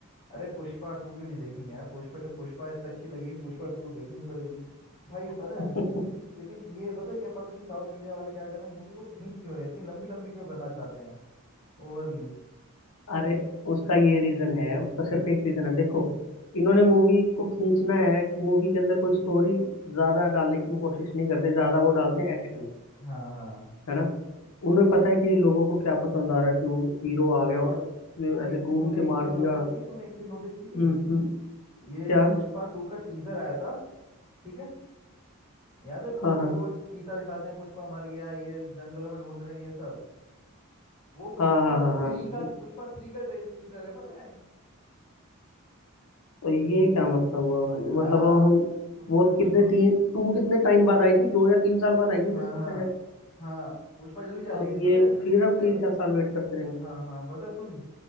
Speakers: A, on the left; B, on the left.
A: अरे पुष्पा टू क्यों नहीं देखेंगे यार पुष्पा जब पुष्पा इतना अच्छी लगी पुष्पा टू तो देखनी पड़ेगी भाई पता
B: <laughs>
A: है लेकिन ये पता है क्या पता नहीं साउथ इंडिया वाले क्या कर रहे हैं मूवी को खींच क्यों रहे हैं इतनी लंबी लंबी क्यों करना चाहते हैं ओवरली
B: अरे उसका ये रीजन है उसका
A: हाँ
B: सिर्फ एक रीजन है देखो इन्होंने मूवी को खींचना है मूवी के अंदर कोई स्टोरी ज्यादा डालने की वो कोशिश नहीं करते ज्यादा वो डालते हैं एक्शन
A: हाँ हाँ
B: है ना उन्हें पता है कि लोगों को क्या पसंद आ रहा है कि वो हीरो आ गया
A: और
B: उसने
A: तूने
B: ऐसे
A: एक चीज
B: घूम
A: तूने
B: के
A: एक
B: मार
A: चीज नोटिस
B: दिया
A: की है तूने एक चीज नोटिस की
B: हम्म
A: थी
B: हम्म
A: ये
B: क्या
A: जो पुष्पा टू का टीजर आया था ठीक है याद है पुष्पा
B: हाँ हाँ
A: टू वो चीता दिखाते हैं पुष्पा मर गया ये जंगलों में ढूंढ रहे हैं ये सब वो पुष्पा
B: हाँ हाँ
A: थ्री
B: हाँ हाँ
A: का पुष्पा थ्री का ट्रे टीजर है पता है
B: तो ये क्या मतलब हुआ भाई
A: हाँ
B: मतलब अब हम
A: वो तूने
B: वो कितने
A: पुष्पा
B: तीन टू
A: पुष,
B: कितने टाइम बाद आई थी दो या तीन साल बाद आई मुझे
A: हाँ
B: लगता
A: हाँ
B: है शायद
A: हाँ पुष्पा जल्दी जा जाएगी
B: अब
A: थी, पता
B: ये
A: है
B: फिर
A: तूने
B: हम तीन चार साल वेट करते रहेंगे
A: हाँ हाँ बता सुन